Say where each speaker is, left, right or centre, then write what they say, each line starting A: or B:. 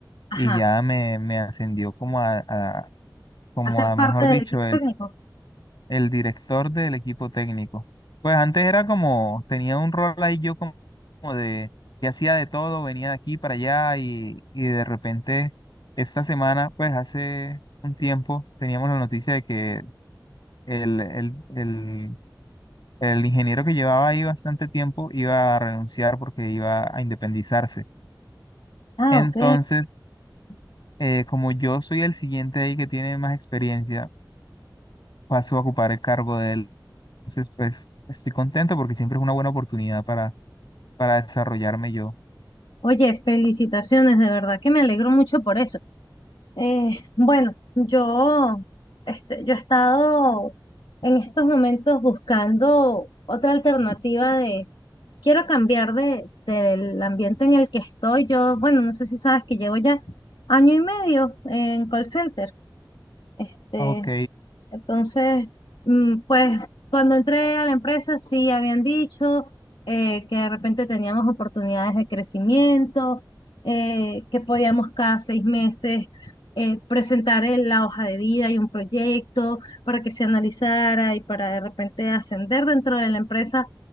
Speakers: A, on the left; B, on the left.
A: y
B: Ajá,
A: ya me, me ascendió como a, a- como
B: hacer
A: a,
B: parte
A: mejor
B: del
A: dicho,
B: equipo técnico.
A: el director del equipo técnico. Pues antes era como, tenía un rol ahí yo como como de que hacía de todo, venía de aquí para allá y, y de repente esta semana, pues hace un tiempo, teníamos la noticia de que el, el, el, el ingeniero que llevaba ahí bastante tiempo iba a renunciar porque iba a independizarse.
B: Ah,
A: Entonces,
B: ok.
A: eh, como yo soy el siguiente ahí que tiene más experiencia, paso a ocupar el cargo de él Entonces, pues estoy contento porque siempre es una buena oportunidad para, para desarrollarme yo.
B: Oye, felicitaciones, de verdad que me alegro mucho por eso. Eh, bueno, yo, este, yo he estado en estos momentos buscando otra alternativa de, quiero cambiar de, del ambiente en el que estoy. Yo, bueno, no sé si sabes que llevo ya año y medio en call center. Este,
A: Ok,
B: entonces, mm, pues cuando entré a la empresa sí habían dicho eh, que de repente teníamos oportunidades de crecimiento, eh, que podíamos cada seis meses eh, presentar el- la hoja de vida y un proyecto para que se analizara y para de repente ascender dentro de la empresa.